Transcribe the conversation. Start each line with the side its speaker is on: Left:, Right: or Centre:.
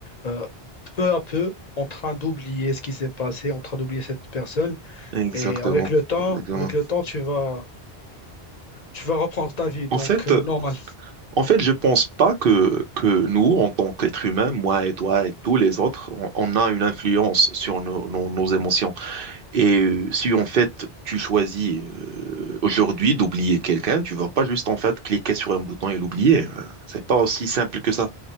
Left: euh, peu à peu en train d'oublier ce qui s'est passé, en train d'oublier cette personne.
Right: exactement,
Left: Et avec le temps,
Right: exactement.
Left: avec le temps, tu vas, tu vas reprendre ta vie. Donc,
Right: En fait,
Left: euh,
Right: euh,
Left: normal.
Right: en fait, je pense pas que, que nous, en tant qu'êtres humains, moi et toi et tous les autres, on, on a une influence sur nos, nos- nos émotions. Et euh, si en fait tu choisis euh, aujourd'hui d'oublier quelqu'un, tu vas pas juste en fait cliquer sur un bouton et l'oublier. Euh, C'est pas aussi simple que ça.